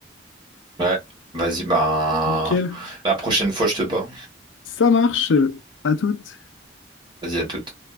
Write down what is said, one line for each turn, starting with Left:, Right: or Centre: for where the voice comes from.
Right: ouais. vas-y, ben
Left: Nickel.
Right: la prochaine fois je te bats.
Left: Ça marche. À toutes.
Right: Vas-y à toute.